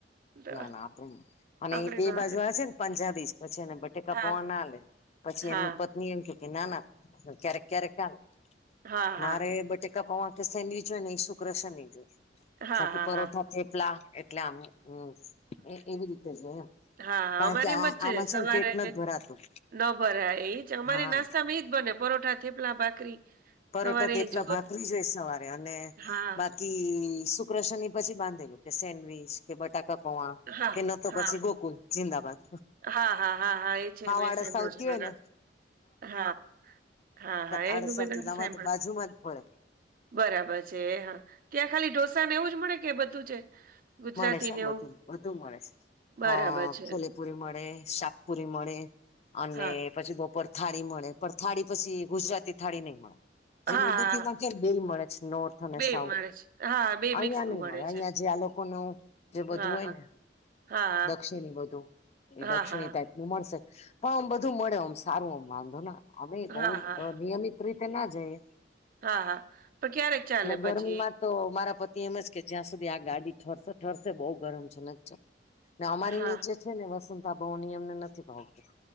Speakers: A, on the right (about 50°); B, on the left (about 35°).
A: તો
B: ના, ના. <unintelligible> અને
A: આપડે
B: ઈ બે
A: ના
B: બાજુ
A: હાલે
B: આ છે ન પંજાબી છ, પછી એને <unintelligible> <unintelligible>
A: હા
B: પછી
A: હા
B: એમની પત્ની એમ ક્યે કે ના, ના ક્યારેક-ક્યારેક હાલે.
A: હા
B: મારે
A: હા
B: બટેકા પૌવા કે સેન્ડવીચ હોય ને ઈ શુક્ર-શનિ જ હોય.
A: હા
B: બાકી
A: હા
B: પરોઠા,
A: હા
B: થેપલા એટલે આમ હમમ એવી રીતે જોય એમ
A: હા હા
B: કારણ
A: અમારે
B: કે
A: એમ
B: આ
A: જ
B: આમાં
A: સવારે
B: છે ને પેટ નથ ભરાતું.
A: ન ભરાય એ જ અમારી
B: હા
A: નાસ્તામાં ઈ જ બને પરોઠા, થેપલા, ભાખરી.
B: પરોઠા,
A: સવારે
B: થેપલા,
A: એજ
B: ભાખરી જ હોય સવારે અને બાકી
A: હા
B: બાકી શુક, શનિ પછી બાંધેલું કે સેન્ડવીચ કે બટા બટાકા પૌવા
A: હા
B: કે નતો
A: હા
B: પછી ગોકુલ જિંદાબાદ.
A: હા હા હા હા એ છે વેસાયડુ
B: આળસ આવતી
A: છે
B: હોય
A: બધા
B: ને
A: હા. હા હા
B: આળસ
A: એંગ ભી
B: આવતી
A: નમ
B: એટલે અમારે તો બાજુમાં જ પડે
A: બરાબર છે ત્યાં ખાલી ઢોસા ને એવું જ મળે? કે બધું છે? ગુજરાતી
B: મળે સે
A: ને એવું
B: બધું બધું મળે છે
A: બરાબર
B: અ
A: છે
B: છોલેપુરી મળે, શાક પુરી મળે અને
A: હા
B: પછી બપોર થાળી મળે પણ થાળી પછી ગુજરાતી થાળી નય મળે.
A: હા
B: જેમ ઉડુપીમાં
A: હા
B: કેમ બેય મળે છે નોર્થ અને
A: બે
B: સાઉથ
A: મળે છે હા બે
B: અહિયાં
A: મિક્સ નું
B: નય મળે અહિયા
A: છે
B: જે આ લોકો નો જે વધું
A: હા
B: હોય
A: હા
B: ને
A: હા
B: દક્ષિણી બધું એ
A: હા
B: દક્ષિણી
A: હા
B: ટાઇપ નું મળશે પણ આમ બધું મળે ઓમ સારું આમ વાંધો ન આવે આવે બો
A: હા હા
B: રિયલી રીતે ના જાયે.
A: હા હા પણ ક્યારેક ચાલે પછી
B: ગરમીમાં તો મારા પતિ એમ જ કે જ્યાં સુધી આ ગાડી ઠરશે ઠરશે બઉ ગરમ છે ન ને અમારી
A: હા
B: નીચે છે ને વસતા ભાઉ ની અમને નથી ભાવતું.